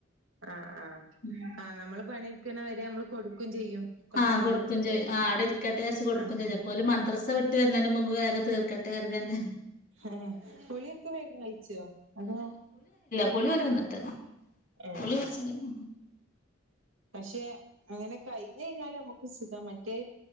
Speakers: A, on the right; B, on the left.
A: ആ-ആ
B: ഉം
A: ആ നമ്മള് പണിയെടുക്കണവരെ നമ്മള് കൊടുക്കയും ചെയ്യും കൊറച്ചേരം
B: ആഹ് കൊടുക്കുംചെയ്യും
A: കളിച്ചോട്ടെ വിചാരിച്ച്
B: ആ അവിടെരിക്കട്ടെ വിചാരിച്ച് കൊടുക്കുംചെയ്യും
A: ആഹ്
B: അപ്പോര് മദ്രസ്സ വിട്ട് വരുന്നതിന് മുമ്പ് വേഗം തീർക്കട്ടെ കരുതിയാണ്ട്
A: ഹെ-ഹേ വിളിയൊക്കെ വേഗം കയിച്ചോ അതോ
B: കുളിയോര് വന്നിട്ട്
A: ഏഹ്
B: കുളി കുറച്ച്നേരം
A: പക്ഷെ അങ്ങനെ കഴിഞ്ഞ്കഴിഞ്ഞാൽ നമുക്ക് സുഖാ മറ്റേ